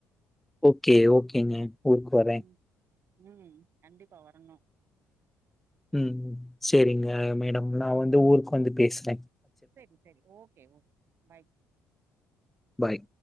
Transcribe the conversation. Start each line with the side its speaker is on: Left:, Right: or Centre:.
Centre: ஓகே ஓகேங்க ஊர்க்கு வரே
Right: ம் ம் கண்டிப்பா வரணு
Centre: உம் செரிங்க மேடம் நா வந்து ஊருக்கு வந்து பேசுறே
Right: செரி செரி ஓகே ஓகே பாய்
Centre: பாய்